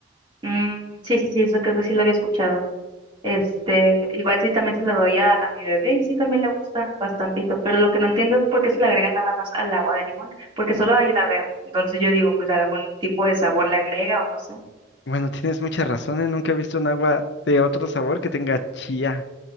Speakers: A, on the right; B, on the left.
A: Mm, sí, sí, sí, eso creo que sí lo había escuchado. Este, igual sí también se lo doy a, a mi bebé y sí también le gusta bastantito, pero lo que no entiendo es por qué se le agrega nada más al agua de limón, porque solo ahí la veo. Entonces yo digo, pues algún tipo de sabor le agrega o no sé.
B: Bueno, <laughs> tienes mucha razón, ¿eh? Nunca he visto un agua de otro sabor que tenga chía.